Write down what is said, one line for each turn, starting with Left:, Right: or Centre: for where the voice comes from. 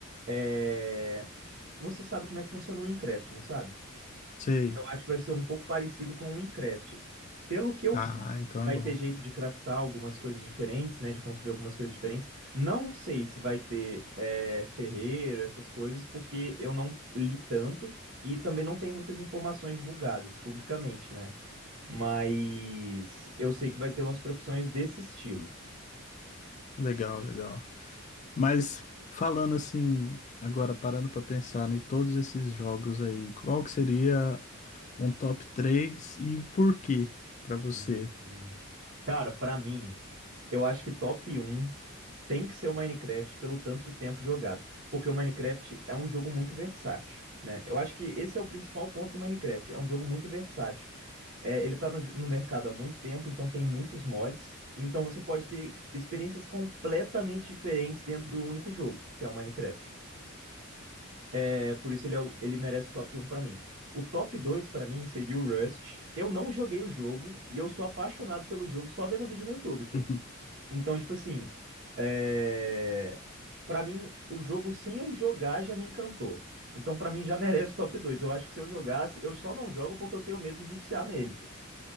Right: é, você sabe como é que funciona o Minecraft, não sabe?
Left: Sei.
Right: Eu acho que vai ser um pouco parecido com o Minecraft. Pelo que eu
Left: Ah,
Right: vi,
Left: então
Right: vai
Left: é bom.
Right: ter jeito de craftar algumas coisas diferentes, né? De construir algumas coisas diferentes. Não sei se vai ter é, ferreiro, essas coisas, porque eu não li tanto e também não tenho muitas informações divulgadas publicamente, né? Mas eu sei que vai ter umas profissões desse estilo.
Left: Legal, legal. Mas falando assim, agora parando para pensar em todos esses jogos aí, qual que seria um top 3 e o porquê para você?
Right: Uhum. Cara, pra mim, eu acho que top um. tem que ser o Minecraft pelo tanto de tempo jogado, porque o Minecraft é um jogo muito versátil, né? Eu acho que esse é o principal ponto do Minecraft, é um jogo muito versátil. É, ele tá no, no mercado há muito tempo, então tem muitos mods, então você pode ter experiências completamente diferentes dentro do único jogo, que é o Minecraft. É, por isso ele, é o- ele merece o top um pra mim. O top 2 pra mim seria o Rust. Eu não joguei o jogo e eu sou apaixonado pelo jogo só vendo vídeo no YouTube, pô.
Left: <laughs>
Right: Então, tipo assim, é... para mim, o jogo sem eu jogar já me encantou. Então, pra mim, já <laughs> merece top dois Eu acho que se eu jogasse, eu só não jogo porque eu tenho medo de viciar nele, pô.